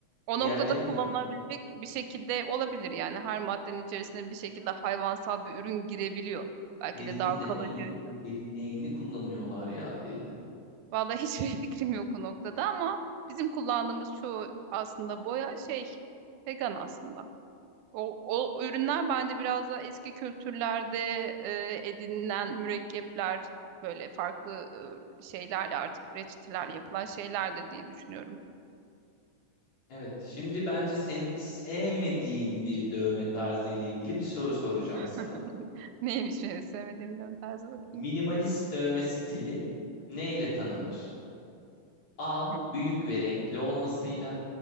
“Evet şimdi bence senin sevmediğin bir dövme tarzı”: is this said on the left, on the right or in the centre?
Left